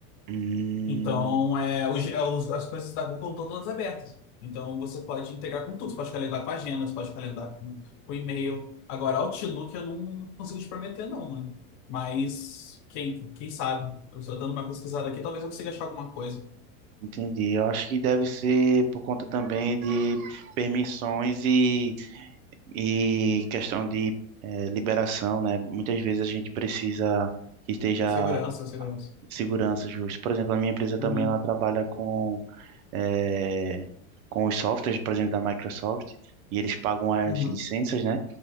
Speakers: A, on the right (about 75°); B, on the left (about 45°).
A: Hum,
B: Então, é, os- é, os- as coisas da Google estão todas abertas. Então, você pode integrar com tudo. Você pode calendar com a agenda, você pode calendar com, com e-mail. Agora, Outlook eu não consigo te prometer, não, mano. Mas, quem, quem sabe? Eu estou dando uma pesquisada aqui, talvez eu consiga achar alguma coisa.
A: entendi. Eu acho que deve ser por conta também de permissões e E questão de eh, liberação, né? Muitas vezes a gente precisa que esteja
B: Segurança, segurança.
A: segurança justa. Por exemplo, a minha empresa também
B: Uhum,
A: ela trabalha com, eh, com os softwares, por exemplo, da Microsoft, e eles pagam as
B: uhum.
A: licenças, né?